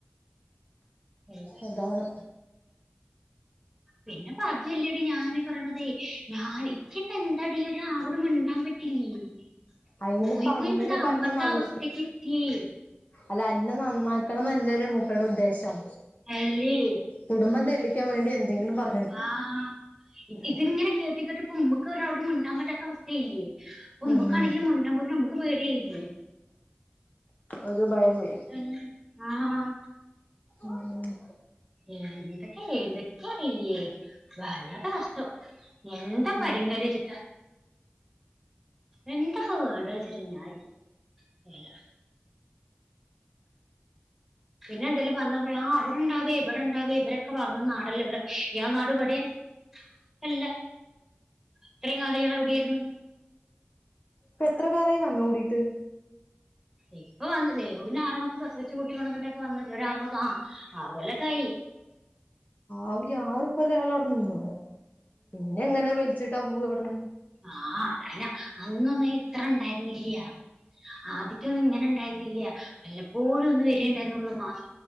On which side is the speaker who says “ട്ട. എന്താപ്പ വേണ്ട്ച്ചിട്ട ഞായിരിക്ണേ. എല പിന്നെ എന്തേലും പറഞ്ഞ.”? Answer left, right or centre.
Centre